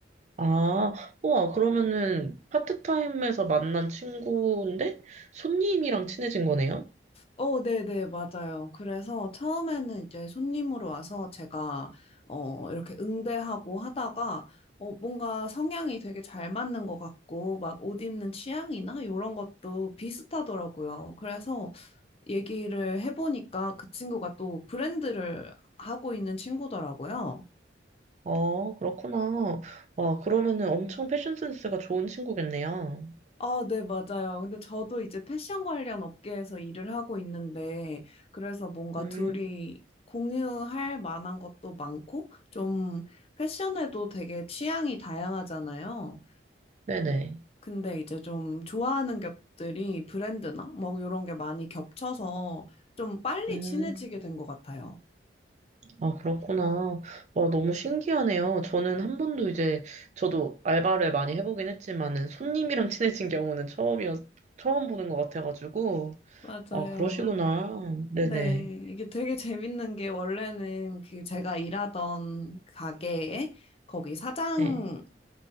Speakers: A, on the right; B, on the left.
A: 아, 우와, 그러면은 파트타임에서 만난 친구인데 손님이랑 친해진 거네요?
B: 어, 네네, 맞아요. 그래서 처음에는 이제 손님으로 와서 제가, 어, 이렇게 응대하고 하다가, 어, 뭔가 성향이 되게 잘 맞는 것 같고, 막 옷 입는 취향이나 이런 것도 비슷하더라고요. 그래서 얘기를 해보니까 그 친구가 또 브랜드를 하고 있는 친구더라고요.
A: 어, 그렇구나. 와, 그러면은 엄청 패션 센스가 좋은 친구겠네요.
B: 아, 네, 맞아요. 근데 저도 이제 패션 관련 업계에서 일을 하고 있는데, 그래서 뭔가
A: 음,
B: 둘이 공유할 만한 것도 많고, 좀 패션에도 되게 취향이 다양하잖아요.
A: 네네.
B: 근데 이제 좀 좋아하는 것들이 브랜드나 뭐 이런 게 많이 겹쳐서 좀 빨리
A: 음.
B: 친해지게 된 것 같아요.
A: 아, 그렇구나. 와, 너무 신기하네요. 저는 한 번도 이제, 저도 알바를 많이 해보긴 했지만은, 손님이랑 친해진 경우는 처음이어, 처음 보는 것 같아가지고.
B: 맞아요.
A: 아, 그러시구나. 네네.
B: 네, 이게 되게 재밌는 게 원래는 그 제가 일하던 가게에 거기 사장이
A: 네.